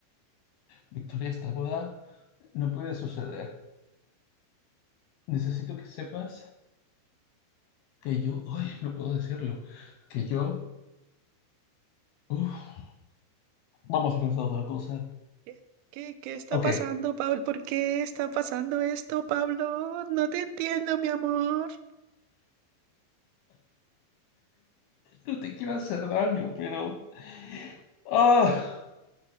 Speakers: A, on the left (about 75°); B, on the right (about 85°).
A: Victoria, esta boda no puede suceder. Necesito que sepas que yo, ay, no puedo decirlo, que yo, uf, vamos a pensar otra cosa.
B: ¿Qué, qué, qué está
A: Ok,
B: pasando, Pablo? ¿Por qué está pasando esto, Pablo? No te entiendo, mi amor.
A: no te quiero hacer daño, pero ah,